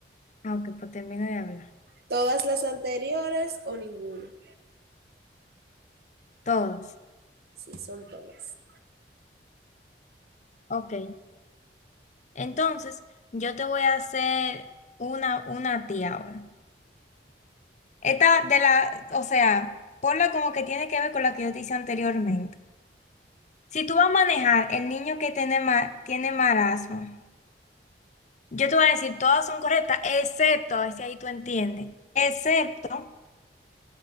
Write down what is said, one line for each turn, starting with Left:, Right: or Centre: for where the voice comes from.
Left: Ah, ok, pues termino de hablar.
Right: Todas las anteriores o ninguna.
Left: Todos.
Right: Sí, son todas.
Left: Ok. Entonces, yo te voy a hacer una, una a ti ahora. Esta de la, o sea, ponla como que tiene que ver con la que yo te hice anteriormente. Si tú vas a manejar el niño que tiene, ma- tiene marasmo, yo te voy a decir, todas son correctas, excepto, ese ahí tú entiendes, excepto,